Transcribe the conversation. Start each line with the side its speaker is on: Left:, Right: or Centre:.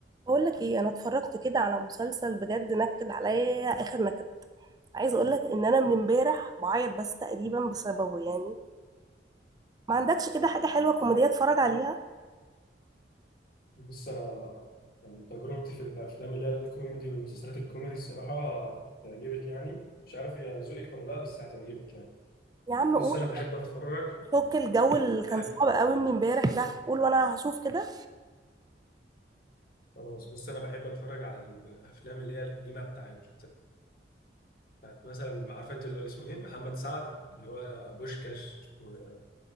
Right: بقول لك ايه انا اتفرجت كده على مسلسل بجد نكد عليا اخر نكد عايز اقول لك ان انا من امبارح بعيط بس تقريبا بسببه يعني ما عندكش كده حاجه حلوه كوميديه اتفرج عليها
Left: بص انا يعني تجربتي في الافلام اللي هي الكوميدي والمسلسلات الكوميدي الصراحه هتعجبك يعني مش عارف هي ذوقك ولا لا بس هتعجبك يعني
Right: يا عم
Left: بص
Right: قول
Left: انا بحب اتفرج
Right: فك الجو اللي
Left: بحب
Right: كان صعب قوي من امبارح ده قول وانا هشوف كده
Left: خلاص بص انا بحب اتفرج على الافلام اللي هي القديمه بتاعت بتاعت مثلا عارفه انت اللي اسمه ايه محمد سعد اللي هو بوشكاش و-